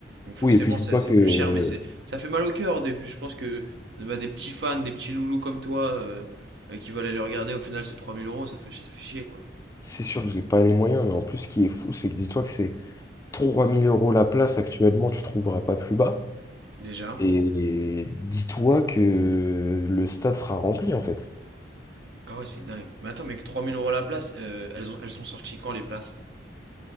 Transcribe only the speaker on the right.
Donc forcément,
ça, c'est
plus cher, mais c'est, ça fait mal au cœur au début. Je pense que bah, des petits fans, des petits loulous comme toi, euh, euh, qui veulent aller le regarder, au final, c'est 3000 euros, ça fait, ça fait chier, quoi.
Déjà.
Ah ouais, c'est dingue. Mais attends, mais que 3000 euros la place, euh, elles ont, elles sont sorties quand les places?